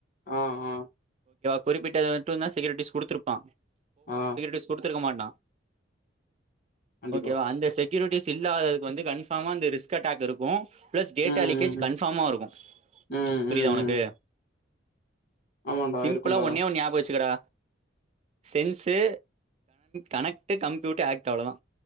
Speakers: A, on the left; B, on the right.
A: ஆஹ் ஆஹ்
B: குறிப்பிட்டத மட்டோதா செக்யூரிட்டிஸ் குடுத்துயிருப்பான்
A: ஆஹ்
B: குடுத்திருக்க மாட்டா
A: கண்டிப்பா
B: ஓகேவா அந்த செக் செக்யூரிட்டிஸ் இல்லாததுக்கு வந்து கன்ஃபாமா அந்த ரிஸ்க் அட்டாக்யிருக்கோ பிளஸ் டேட்டா
A: ம்
B: லீக்கேஜ்
A: ம்
B: கன்ஃபாமாயிருக்கோ
A: ம்
B: புரியுதா
A: ம் ம்
B: உனக்கு
A: ம் ஆமாண்டா
B: சிம்பிளா
A: இருக்கும்டா
B: ஒன்னே ஒன்னு ஞாபகம் வெச்சுக்கடா சென்ஸு கனெக்ட் கம்ப்யூட் ஆக்ட் அவ்ளோதா